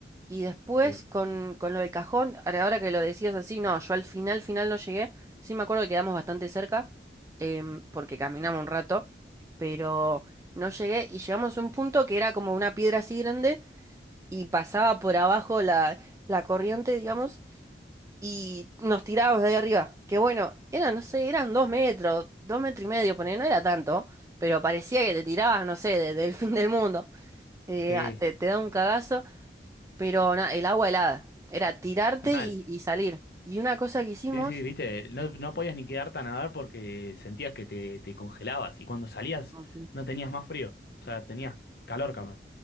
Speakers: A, on the right (about 15°); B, on the left (about 60°).
A: Y después
B: sí,
A: con, con lo del cajón, ahora ahora que lo decías así, no, yo al final, final no llegué, sí me acuerdo que quedamos bastante cerca, em, porque caminamos un rato, pero no llegué y llegamos a un punto que era como una piedra así grande y pasaba por abajo la, la corriente, digamos y nos tirábamos de ahí arriba. Que bueno, eran, no sé, eran dos metros, dos metros y medio, poner, no era tanto, pero parecía que te tirabas, no sé, de- del fin del mundo. Eh,
B: sí,
A: ah, te, te da un cagazo, pero na- el agua helada. Era tirarte
B: mal.
A: y, y salir. Y una cosa que hicimos.
B: Sí, sí, viste, no, no podías ni quedarte a nadar porque sentías que te, te congelabas y cuando salías
A: No, sí.
B: no tenías más frío. O sea, tenías calor capaz